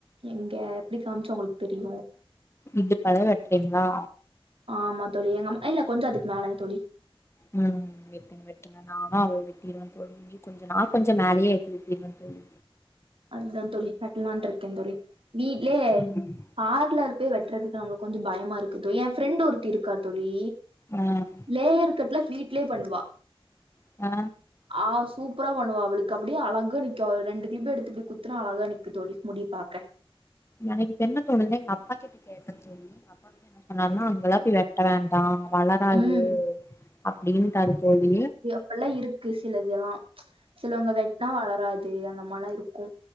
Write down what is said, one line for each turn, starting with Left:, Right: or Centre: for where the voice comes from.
Right: எங்க எப்டி காமிச்சா உங்களுக்கு தெரியு
Left: இடுப்பளவு வெட்றீங்களா
Right: ஆமா தோழி எங்கம்மா இல்ல கொஞ்ச அதுக்கு மேலங்க தோழி
Left: ம் வெட்டுங்க வெட் டுங்க நானு அத வெட்டிடுவே தோழி நீ கொஞ்ச நா கொஞ்ச மேலயே வெட்டி வெட்டிடுவே தோழி
Right: அதுதா தோழி வெட்டலான்டுருக்கே தோழி வீட்லயே
Left: ம்
Right: பார்லர் போய் வெட்டுறதுக்கு அங்க கொஞ்ச பயமா இருக்குது எ ஃப்ரெண்ட் ஒருத்தி இருக்கா தோழி
Left: ம்
Right: லேயர் கட்லா வீட்லயே பண்ணுவா
Left: ஆ
Right: ஆ சூப்பரா பண்ணுவா அவளுக்கு அப்டிய அழகா நிக்கு ரெண்டு க்லிப் எடுத் இப்டி குத்துனா அழகா நிக்கு தோழி முடி பாக்க
Left: எனக்கு இப்ப என்ன தோணுதுனா எங்க அப்பா கிட்ட கேட்ட தோழி அப்பா வந்து என்ன சொன்னாருன்னா அங்கெல்லா போய் வெட்ட வேண்டா வளராது
Right: ம்
Left: அப்டின்ட்டாரு தோழி
Right: எல்லா இருக்கு சிலதெல்லா சில வங்க வெட்னா வளராது அந்த மாரிலா இருக்கு